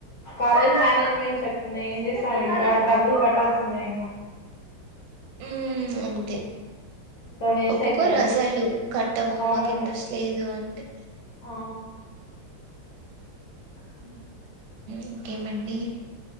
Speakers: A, on the left; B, on the right.
A: కాలేజ్ మేనేజ్మెంట్ చెప్తుంది ఏం చేస్తా ఇంకా డబ్బులు కట్టాల్సిందే ఇంకా
B: హ్మ్ అంతే
A: ఇంకా వేస్ట్
B: ఒప్పుకోరు
A: అయిపోయా
B: అసలు కట్టము
A: అవును
B: మాకు ఇంట్రెస్ట్ లేదు అంటే
A: ఆ ఉ
B: ఇంకేమండి